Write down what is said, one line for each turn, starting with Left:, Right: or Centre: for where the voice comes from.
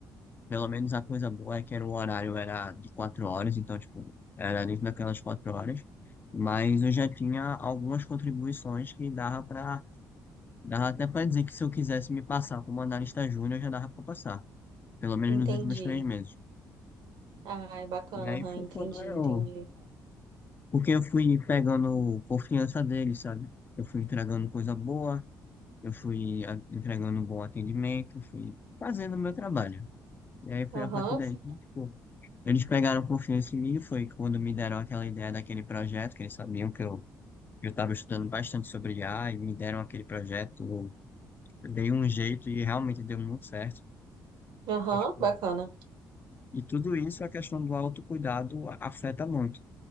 Left: pelo menos a coisa boa é que era o horário era de quatro horas, então, tipo, era dentro daquelas quatro horas, mas eu já tinha algumas contribuições que dava para, dava até para dizer que se eu quisesse me passar como analista júnior, já dava para passar, pelo menos
Right: Entendi.
Left: nos últimos três meses.
Right: Ai, bacana,
Left: E aí
Right: aham,
Left: foi
Right: entendi,
Left: quando eu
Right: entendi.
Left: Porque eu fui pegando confiança dele, sabe? Eu fui entregando coisa boa, eu fui a- entregando um bom atendimento, fui fazendo o meu trabalho. E aí foi
Right: Aham,
Left: a partir daí
Right: sim.
Left: que, tipo, eles pegaram confiança em mim, foi quando me deram aquela ideia daquele projeto, que eles sabiam que eu que eu estava estudando bastante sobre IA, e me deram aquele projeto, eu dei um jeito e realmente deu muito certo.
Right: aham,
Left: Então, tipo,
Right: bacana.
Left: E tudo isso, a questão do autocuidado afeta muito.